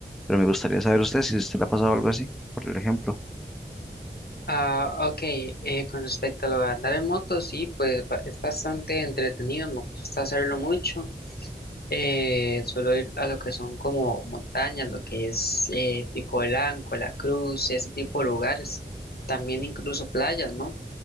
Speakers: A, in the centre; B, on the left.
A: Pero me gustaría saber usted si usted le ha pasado algo así, por el ejemplo.
B: Ah, ok, eh, con respecto a lo de andar en moto, sí, pues ba- es bastante entretenido, me gusta hacerlo mucho. Eh, suelo ir a lo que son como montañas, lo que es eh, Pico Blanco, La Cruz, ese tipo de lugares, también incluso playas, ¿no?